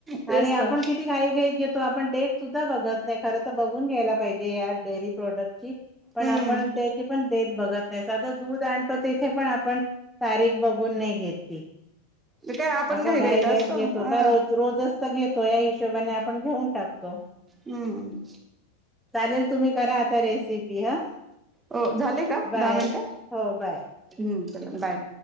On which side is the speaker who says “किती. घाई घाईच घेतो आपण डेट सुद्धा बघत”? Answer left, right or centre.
Centre